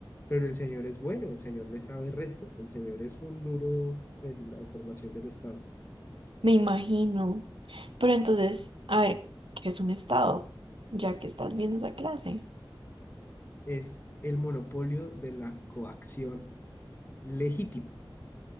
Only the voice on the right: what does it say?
me imagino. Pero entonces, a ver, ¿qué es un estado? Ya que estás viendo esa clase.